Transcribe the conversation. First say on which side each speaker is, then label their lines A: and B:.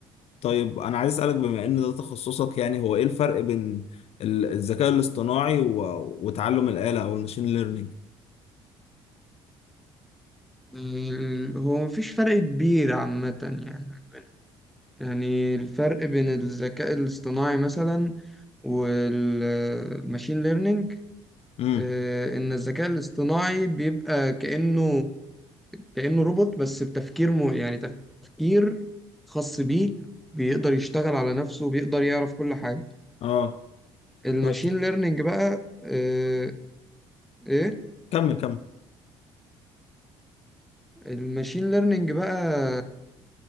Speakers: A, on the left (about 50°); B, in the centre.
A: طيب انا عايز اسالك بما ان ده تخصصك يعني هو ايه الفرق بين ال- الذكاء الاصطناعي و- وتعلم الاله او الماشين ليرنينج
B: ال- هو مفيش فرق كبير عامة يعني يعني الفرق بين الذكاء الاصطناعي مثلا والماشين ليرنينج
A: امم
B: آه، ان الذكاء الاصطناعي بيبقى كأنه كأنه روبوت بس بتفكير م... يعني تفكير خاص بيه بيقدر يشتغل على نفسه بيقدر يعرف كل حاجة
A: اه
B: الماشين
A: طب
B: ليرنينج بقى آه، ايه
A: كمل كمل
B: الماشين ليرنينج بقى